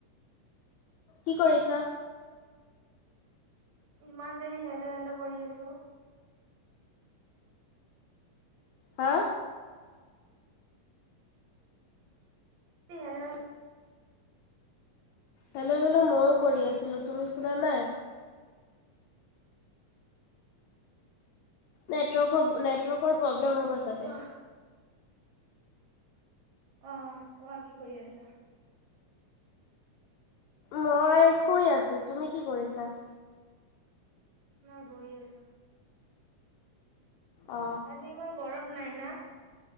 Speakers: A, on the left; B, on the right.
A: কি কৰিছা?
B: ইমান দেৰি হেল্ল'- হেল্ল' কৰি আছো।
A: হা
B: হেল্ল'- হেল্ল'
A: হেল্ল'- হেল্ল' মইয়ো কৰি আছিলো, তুমি শুনা নাই? নেটৱৰ্কৰ-নেটৱৰ্কৰ‌ প্ৰব্লেম। প্ৰব্লেম হ'ব চাগে।
B: কোৱা অহ, কোৱা কি কৰি আছা?
A: মই শুই আছো। তুমি কি কৰিছা?
B: মই বহি আছো।
A: অ
B: আজি ইমান গৰম। নাই ন?